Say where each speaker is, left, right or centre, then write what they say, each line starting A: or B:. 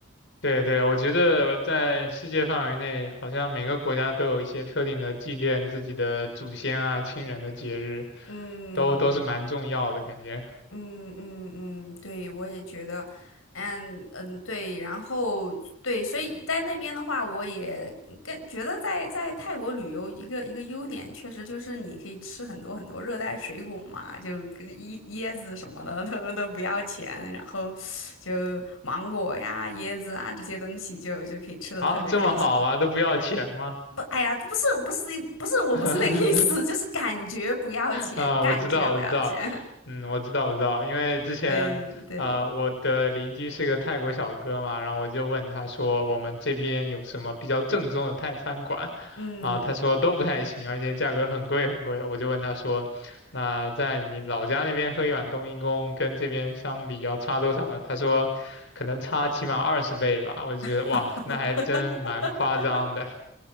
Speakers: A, on the left; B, on the left.
A: 对对，我觉得在世界范围内，好像每个国家都有一些特定的纪念自己的祖先啊、亲人的节日，
B: <laughs> 嗯。
A: 都都是蛮重要的感觉。
B: 嗯嗯嗯，对，我也觉得，嗯嗯，对，然后对，所以在那边的话，我也跟觉得在在泰国旅游一个一个优点，确实就是你可以吃很多很多热带水果嘛，就跟椰椰子什么的他们都不要钱，然后就芒果呀、椰子啊这些东西就就可以吃的特别开心。
A: 啊，这么好吗？都不要钱吗？
B: 不，哎呀，不是，不是，不是，我不是那个意思，
A: <laughs>
B: 就是感觉不要钱，
A: 啊，
B: 感觉不要钱，
A: 我知道，我知道，嗯，我知道，我知道，因为之前，
B: <laughs> 对对。
A: 啊，我的邻居是个泰国小哥嘛，然后我就问他说，我们这边有什么比较正宗的泰餐馆？
B: 嗯。
A: 啊，他说都不太行，而且价格很贵很贵。我就问他说，那在你老家那边喝一碗冬阴功跟这边相比要差多少呢？他说，可能差起码二十倍吧。我就觉得哇，
B: <laughs>
A: 那还真蛮夸张的。